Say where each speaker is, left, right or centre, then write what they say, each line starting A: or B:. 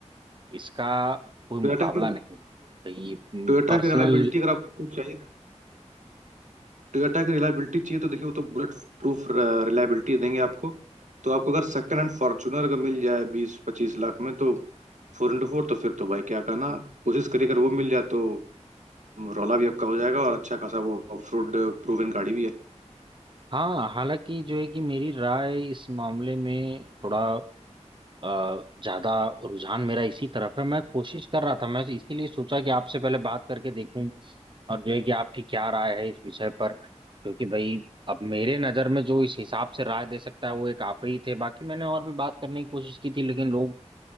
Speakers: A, on the right; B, on the right.
A: इसका कोई
B: टोयोटा
A: मुकाबला
B: की
A: नहीं तो ये
B: टोयोटा
A: पर्सनल
B: की रिलायबिलिटी <laughs> अगर आपको चाहिए टोयोटा की रिलायबिलिटी चाहिए तो देखिए वो तो बुलेट प्रूफ रिलायबिलिटी देंगे आपको तो आपको अगर सेकंड हैंड फॉर्चूनर अगर मिल जाए बीस पच्चीस लाख में तो फोर इंटू फोर तो फिर तो भाई क्या कहना कोशिश करिए अगर वो मिल जाए तो रौला भी आपका हो जाएगा और अच्छा खासा वो ऑफ रोड प्रूवन गाड़ी भी है
A: हाँ हालांकि जो है कि मेरी राय इस मामले में थोड़ा अ, ज्यादा रुझान मेरा इसी तरफ है मैं कोशिश कर रहा था मैं इसीलिए सोचा कि आपसे पहले बात करके देखूं और जो है कि आपकी क्या राय है इस विषय पर क्योंकि भाई अब मेरे नजर में जो इस हिसाब से राय दे सकता है वो एक आप ही थे बाकी मैंने और भी बात करने की कोशिश की थी लेकिन लोग